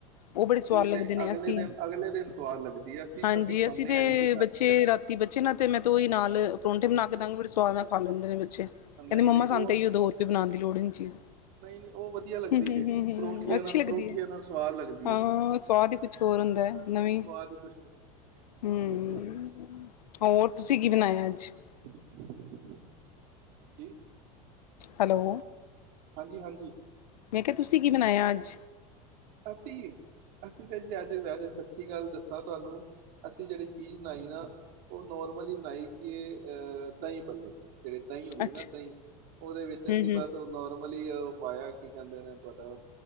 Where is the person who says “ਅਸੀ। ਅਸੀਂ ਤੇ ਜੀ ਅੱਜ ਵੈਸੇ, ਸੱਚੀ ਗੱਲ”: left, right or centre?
Right